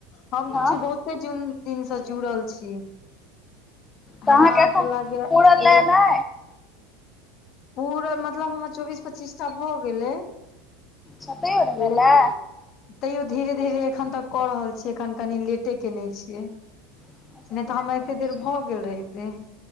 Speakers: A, on the left; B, on the left.
A: हम
B: हँ
A: तऽ छी बहुत- के जुन दिन से जुड़ल छी
B: तऽ
A: हमरा
B: अहाँके
A: आहाँके
B: एखन
A: लागैया
B: पुरल
A: एक-
B: नै
A: पूरा मतलब हमर चौबीस पच्चीसटा भऽ गेलै।
B: सतेर
A: ले
B: भेल आ?
A: तैयो धीरे़- धीरे एखन तक कऽ रहल छियै एखन कनि लेटे केने छियै।
B: अच्छा
A: नहि
B: धीरे
A: तऽ, हमर
B: धीरे
A: एते
B: होइ
A: देर
B: छै
A: भऽ गेल रहितेै